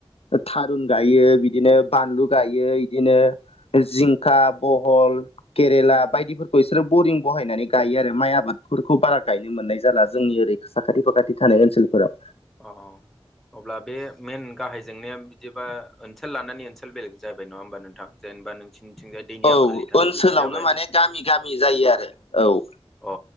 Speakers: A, on the left; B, in the centre.
A: था बानलु गायो बिदिनो बानलु गायो बिदिनो जिंखा बहल केरेला बायदिफोरखौ बिसोरो बरिं बहायनानै गायो आरो माइ आबादफोरखौ बारा गायनो मोननाय जाला जोंनि ओरै। साखाथि फाखाथि थानाय ओनसोलफोराव।
B: अ। अब्ला बे मेन गाहाय जेंनाया बिदिबा ओनसोल लानानै ओनसोल बेलेग जाबाय नङा होमबा नोंथां। जेनेबा नोंसिनिथिंजाय दैनि
A: औ
B: आंखालनि थाखाय
A: ओनसोलावनो
B: बिदि जाबाय।
A: माने गामि जायो आरो औ
B: अ।